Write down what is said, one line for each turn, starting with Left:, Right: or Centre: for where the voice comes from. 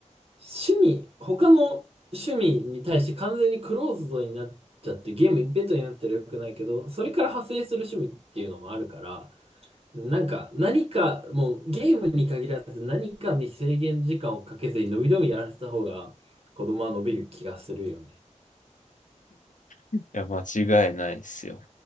Right: 趣味、他の趣味に対して完全にクローズドになっちゃって、ゲーム一辺倒になったらよくないけど、それから派生する趣味っていうのもあるから、なんか、何か、もうゲームに限らず何かに制限時間をかけずに伸び伸びやらせた方が、子供は伸びる気がするよね。
Left: いや、間違いないですよ。